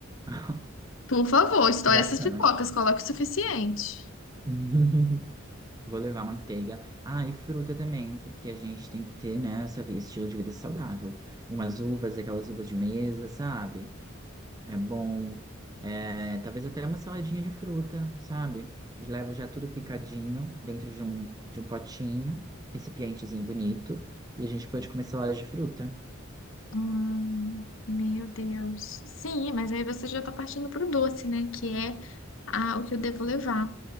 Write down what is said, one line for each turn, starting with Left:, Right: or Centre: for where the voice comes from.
Right: <laughs>
Left: Por favor, estoure
Right: Bacana.
Left: essas pipocas, coloque o suficiente.
Right: <laughs> Vou levar manteiga. Ah, e fruta também, porque a gente tem que ter, né, essa vi- estilo de vida saudável. Umas uvas, aquelas uvas de mesa, sabe? É bom. É, talvez até uma saladinha de fruta, sabe? Eu Levo já tudo picadinho dentro de um, de um potinho, recipientezinho bonito, e a gente pode comer salada de fruta.
Left: Hum, meu Deus. Sim, mas aí você já tá partindo pro doce, né? Que é a, o que eu devo levar.